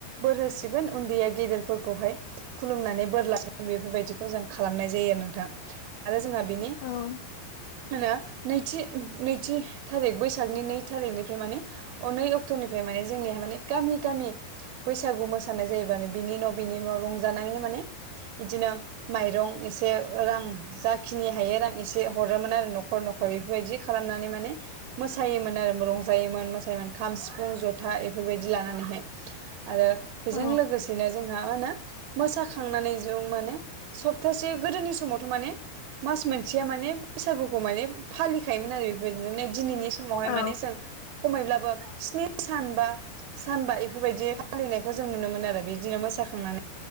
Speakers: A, on the right; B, on the left.
A: बोर होसिगोन उन्दैया गेदेरफोरखौहाय खुलुमनानै बोर लासिगोन बेफोरबायदिखौ जों खालामनाय जायो आरो नोंथां आरो जोंहा बिनि
B: औ
A: मा होनो नैथि नैथि थारिख बैसागनि नै थारिखनिफ्राय माने अ नै अक्ट'निफ्राय माने जोंनिया माने गामि गामि बैसागु मोसानाय जायो माने बिनि उनाव बिनि उनाव रंजानायै माने बिदिनो माइरं एसे रां जाखिनि हायो रां एसे हर हरोमोन आरो न'खर न'खर बेफोरबायदि खालामनानै माने मोसायोमोन आरो रंजायोमोन मोसायोमोन खाम सिफुं जथा बेफोरबायदि लानानैहाय आरो बेजों
B: औ
A: लोगोसेनो जोंहा मा होनो मोसाखांनानै जों माने सप्तासे गोदोनि समावथ' माने मास मोनसेया माने बैसागुखौ माने फालिखायोमोन आरो बेफोरबायदि नै दिनैनि समावहाय
B: औ
A: माने जों खमैब्लाबो स्नि सान बा सानबा इफोरबायदि फालिनायखौ जों नुनो मोनो आरो बिदिनो मोसाखांनानै